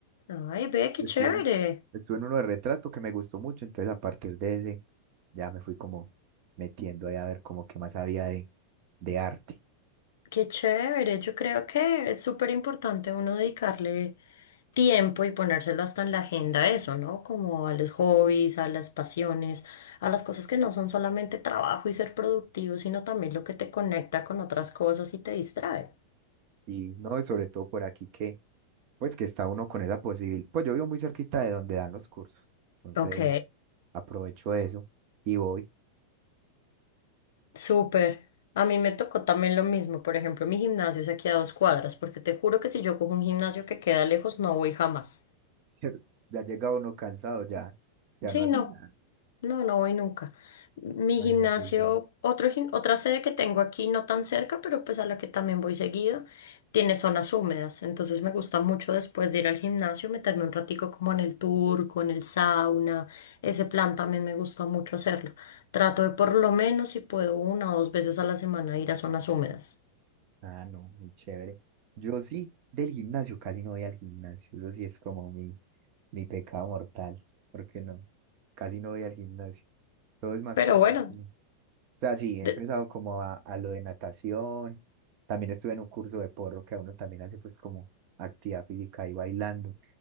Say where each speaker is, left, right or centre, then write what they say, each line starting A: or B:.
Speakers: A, on the left; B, on the right.
A: Ay, ve, qué
B: Estuve,
A: chévere.
B: estuve en uno de retrato que me gustó mucho, entonces a partir de ese ya me fui como metiendo ahí a ver como qué más había de, de arte.
A: Qué chévere, yo creo que es súper importante uno dedicarle tiempo y ponérselo hasta en la agenda a eso, ¿no? Como a los hobbies, a las pasiones, a las cosas que no son solamente trabajo y ser productivo, sino también lo que te conecta con otras cosas y te distrae.
B: Y no, y sobre todo por aquí que, pues que está uno con esa posibilidad. Pues yo vivo muy cerquita de donde dan los cursos, entonces
A: Ok,
B: aprovecho eso y voy.
A: súper. A mí me tocó también lo mismo. Por ejemplo, mi gimnasio es aquí a dos cuadras, porque te juro que si yo cojo un gimnasio que queda lejos, no voy jamás.
B: <laughs> Ya llega uno cansado, ya, ya
A: Sí,
B: no hace
A: no.
B: nada.
A: No, no voy nunca. Mi
B: Imagínate.
A: gimnasio,
B: sí.
A: otro, gim- otra sede que tengo aquí, no tan cerca, pero pues a la que también voy seguido, tiene zonas húmedas. Entonces me gusta mucho después de ir al gimnasio meterme un ratico como en el turco, en el sauna. Ese plan también me gusta mucho hacerlo. Trato de por lo menos si puedo una o dos veces a la semana ir a zonas húmedas.
B: Ah, no, muy chévere. Yo sí, del gimnasio, casi no voy al gimnasio. Eso sí es como mi, mi pecado mortal. ¿Por qué no? Casi no voy al gimnasio. Todo es más
A: Pero
B: que todo.
A: bueno,
B: como- O sea, sí, he
A: de-
B: empezado como a, a lo de natación. También estuve en un curso de porro que a uno también hace pues como actividad física y bailando.